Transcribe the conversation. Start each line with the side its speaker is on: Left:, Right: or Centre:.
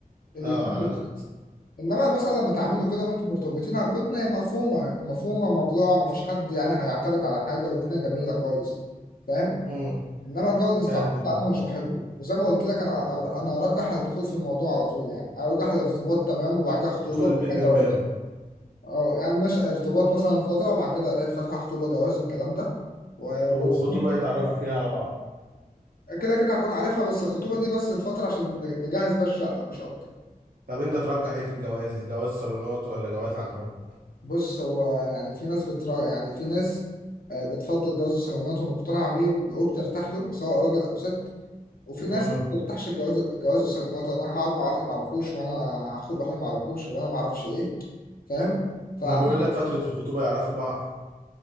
Left: الاتنين
Right: اه علاقة
Left: دول. انما مثلا لما تعملوا كده وانتوا مرتبطين هتكون مفهومه مفهومه مبلوعه مفيش حد يعني هيعترض على حاجه والدنيا جميله خالص فاهم
Right: امم
Left: انما الجو الاستعباط
Right: فاهم دماغي
Left: ده انا مش بحبه وزي ما قلت لك انا انا انا ارجح الدخول في الموضوع على طول يعني ارجح الارتباط تمام وبعد كده خطوبه
Right: يدخل البيت
Left: وبعد كده
Right: من
Left: جواز
Right: بابه
Left: او يعني ماشي ارتباط مثلا فتره وبعد كده قرايه فاتحه خطوبه جواز الكلام ده و- وربنا-
Right: وخطوبة يتعرفوا فيها على بعض
Left: كده كده هكون عارفها بس الخطوبه دي بس الفتره عشان ن- نجهز بقى الشقه مش اكتر
Right: طب انت ترجح ايه في الجواز جواز صالونات ولا جواز عن حب
Left: بص هو يعني في ناس بترا يعني في ناس آه، بتفضل جواز الصالونات ومقتنعه بيه وب- وبترتاح له سواء راجل او ست وفي ناس
Right: امم
Left: ما بتفتحش جواز جواز الصالونات انا هقعد مع واحد ما اعرفوش وانا هخطب واحد ما اعرفوش وانا ما اعرفش ايه فاهم فانا
Right: ما بيقول لك فترة الخطوبة يعرفوا بعض